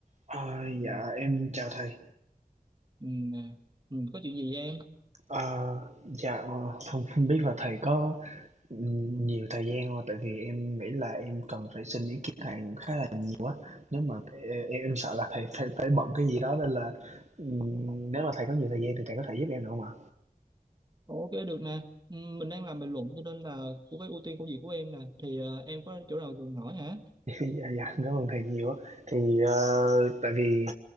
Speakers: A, on the right (about 45°); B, on the right (about 25°).
A: Ờ,
B: Ừ,
A: dạ em chào thầy.
B: ừ, nè. Ừ, có chuyện gì vậy em?
A: Ờ, dạ ờ, không không biết là thầy có ừm, nhiều thời gian không? Tại vì em nghĩ là em cần phải xin ý kiến thầy khá là nếu mà e- em, em sợ là thầy phải phải bận cái gì đó nên là ừm, nếu mà thầy có nhiều thời gian thì thầy có thể giúp em được không ạ?
B: Ok được nè. Ừ, mình đang làm bình luận cho nên là cũng phải ưu tiên công việc của em nè. Thì ờ, em có chỗ nào cần hỏi hả?
A: <laughs> Dạ dạ cảm ơn thầy nhiều. á. Thì ờ, tại vì